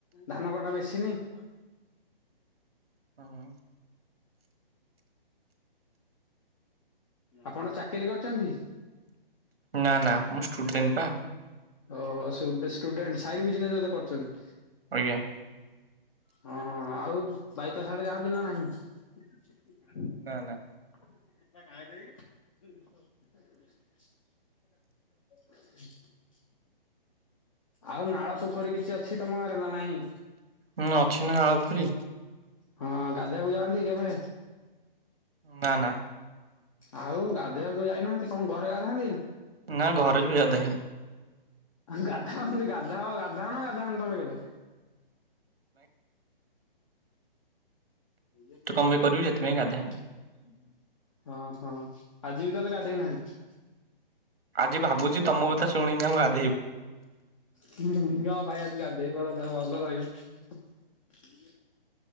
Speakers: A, on the left; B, on the right.
A: ଧାନ କଟା ମେସିନି। <inaudible>
B: ହୁଁ ହୁଁ
A: ଆପଣ ଚାକିରି କରିଛନ୍ତି?
B: ନା ନା ମୁଁ ଷ୍ଟୁଡେଣ୍ଟ ପା
A: ଓହୋ! ସୁଡୁସ ସ୍ଟୁଡେଣ୍ଟ ସାଇଟ୍ ବିଜିନେସ୍ ବଧେ କରୁଛନ୍ତି?
B: ଆଜ୍ଞା।
A: ହଁ ଆଉ ବାଇପାସ୍ ଆଡେ ଯାଆନ୍ତି ନା ନାହିଁ?
B: ନା ନା
A: <inaudible> ହ ଆଉ ନାଳ ପୋଖରୀ କିଛି ଅଛି ତମ ଗାଁରେ ନା ନାହିଁ?
B: ହୁଁ ଅଛି ନା ନାଳ ପୋଖରୀ।
A: ହଁ, ଗାଧେଇବାକୁ ଯାଆନ୍ତି କେଭେ?
B: ନା ନା
A: ଆଉ ଗାଧେଇବାକୁ ଯାଇନାହାଁନ୍ତି। କଣ ଘରେ ଗାଧାନ୍ତି?
B: ନା ଘରେ ବି ଗାଧାଇନି।
A: ଗାଧାଅନ୍ତି, ଗାଧାଅ ଗାଧାଅ ନା ଗାଧାଅନି ତମେ କେବେ? <inaudible> ଏଇ
B: ନାଇଁ
A: ଟୁ କଣ
B: ପାଇଁ କରିବି ସେଥିପାଇଁ ଗାଧାଏନି
A: <inaudible> ହଁ, ହଁ ଆଜି ବି ତାହେଲେ ଗାଧେଇନାହାଁନ୍ତି।
B: ଆଜି ଭାବୁଛି! ତମ କଥା ଶୁଣିକିନା ମୁଁ ଗା
A: ହୁ ହୁ ହୁ ହଁ, ଭାଇ ଆଜି ଗାଧେଇ ପଡ ଦେହ ଭଲ ରହିବ। <unintelligible>